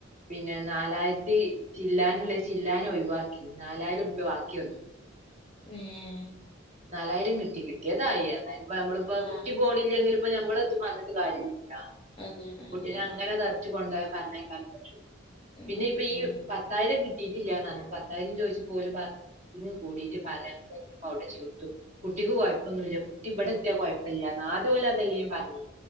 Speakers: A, on the right; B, on the left.
A: പിന്നെ നാലായിരത്തി ചില്ലാനുള്ളേ ചില്ലാന ഒഴിവാക്കി നാലായിരം രൂപ ബാക്കി വന്ന്
B: ഏഹ്
A: നാലായിരം കിട്ടി കിട്ടിയതായി എന്നാലും ഇപ്പ നമ്മളിപ്പോ കുട്ടി
B: ആഹ്
A: പോണില്ലെങ്കിൽ ഇപ്പോ നമ്മളെ ഇത് പറഞ്ഞിട്ട് കാര്യല്ലല്ലോ ആഹ്
B: അതന്നെ
A: കുട്ടീനെ
B: അതന്നെ
A: അങ്ങനെ തച്ച് കൊണ്ടോയി പറഞ്ഞയക്കാനും പറ്റൂ
B: ഉം
A: പിന്നെ ഇപ്പൊ
B: ശരിയാണ്
A: ഈ പത് പത്തായിരം കിട്ടിയിട്ടില്ലാന്ന് പറഞ്ഞ് പത്തായിരം ചോദിച്ചപ്പ ഓല് പറഞ്ഞ് മീറ്റിംഗ് കൂടിയിട്ട് പറയ <unintelligible> കുട്ടിക്ക് കൊയപ്പൊന്നുല്ല കുട്ടി ഇബടെ എത്തിയാ കൊപ്പയില്ലാന്ന് ആദ്യം ഓല് അതല്ലേയിനി പറഞ്ഞെ